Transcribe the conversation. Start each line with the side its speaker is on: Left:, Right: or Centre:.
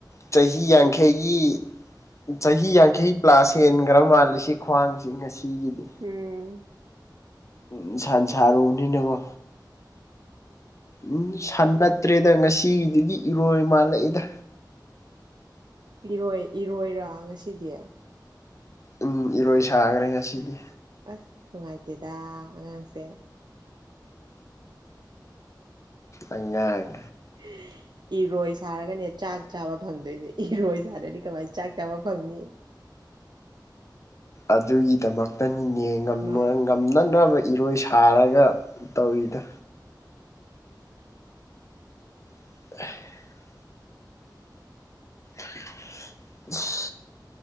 Left: ꯆꯍꯤ ꯌꯥꯡꯈꯩꯒꯤ ꯆꯍꯤ ꯌꯥꯡꯈꯩ ꯄ꯭ꯂꯥꯁ ꯍꯦꯟꯈ꯭ꯔ ꯃꯥꯜꯂꯦ ꯁꯤ ꯈ꯭ꯋꯥꯡꯁꯤꯦ ꯉꯁꯤꯒꯤꯗꯤ
Right: ꯎꯝ
Left: ꯎꯝ ꯁꯟ ꯁꯥꯥꯔ ꯎꯗꯣꯏꯅꯤ ꯀꯣ ꯎꯝ ꯁꯟ ꯅꯠꯇ꯭ꯔꯦꯗ ꯉꯁꯤꯒꯤꯗꯨꯗꯤ ꯏꯔꯣꯏ ꯃꯥꯜꯂꯛꯏꯗ
Right: ꯏꯔꯣꯏ ꯏꯔꯣꯏꯔ ꯉꯁꯤꯗꯤ
Left: ꯎꯝ ꯏꯔꯣꯏ ꯁꯥꯈ꯭ꯔꯦ ꯉꯁꯤꯗꯤ
Right: ꯑꯁ ꯅꯨꯡꯉꯥꯏꯇꯦꯗ ꯑꯉꯥꯡꯁꯦ
Left: ꯑꯉꯥꯡ
Right: <unintelligible> ꯏꯔꯣꯏ ꯁꯥꯔꯒꯅꯦ ꯆꯥꯛ ꯆꯥꯕ ꯐꯪꯗꯣꯏꯁꯦ ꯏꯔꯣꯏ ꯁꯥꯗ꯭ꯔꯗꯤ ꯀꯃꯥꯏꯅ ꯆꯥꯛ ꯆꯥꯕ ꯐꯪꯅꯤ
Left: ꯑꯗꯨꯒꯤꯗꯃꯛꯇꯅꯤꯅꯦ ꯉꯝ
Right: ꯃꯥ
Left: ꯌꯥꯝꯅꯛꯅꯕ ꯏꯔꯣꯏ ꯁꯥꯔꯒ ꯇꯧꯔꯤꯗꯣ <unintelligible> <inaudible>